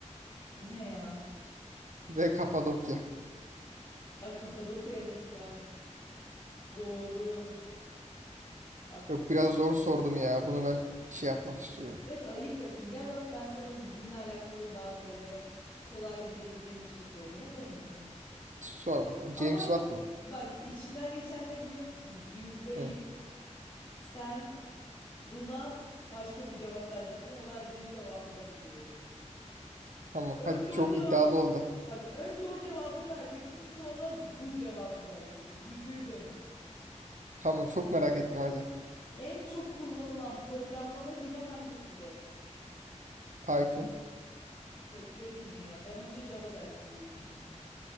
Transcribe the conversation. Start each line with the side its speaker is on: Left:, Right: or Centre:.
Left: Bu ne ya?
Right: Ve Kapadokya.
Left: Ha Kapadokya evet var. Doğru. Bak.
Right: Yok biraz zor sordum ya. Bunu ben şey yapmak istiyorum.
Left: Evet ayıp ettin. Gel bak ben sana bizimle alakalı daha böyle kolay bilebileceğim bir şey soracağım. Hazır mısın?
Right: Sor bakalım.
Left: Ama
Right: James Watt mı?
Left: bak içimden geçen ne biliyor musun? Yüzde yüz
Right: Hı,
Left: sen buna başka bir cevap vereceksin. O vereceğin cevabı da biliyorum.
Right: tamam. Hadi
Left: Önce o
Right: çok
Left: cevabı
Right: iddialı oldu.
Left: bak önce o cevabı vereceksin sonra bu cevabı vereceksin. Yüzde yüz eminim.
Right: Tamam çok merak ettim hadi.
Left: En çok kullanılan programlama dili hangisidir?
Right: Python.
Left: Tekte bildin ya. Ben önce Java dersin diye düşündüm.